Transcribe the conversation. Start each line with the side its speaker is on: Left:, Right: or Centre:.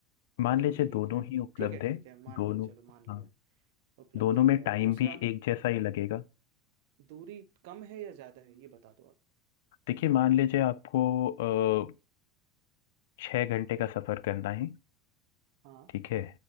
Left: मान
Right: चलो
Left: लीजिए
Right: ठीक
Left: दोनों
Right: है
Left: ही उपलब्ध
Right: ठीक है
Left: है
Right: ठीक है मान
Left: दोनों
Right: लिया चलो मान लिया
Left: हाँ
Right: उपलब्धि
Left: दोनों में
Right: है
Left: टाइम
Right: दूसरा
Left: भी एक जैसा ही लगेगा
Right: दूरी कम है या ज्यादा है ये बता दो आप
Left: देखिए मान लीजिए आपको अ, छः घंटे का सफ़र करना है
Right: हाँ
Left: ठीक है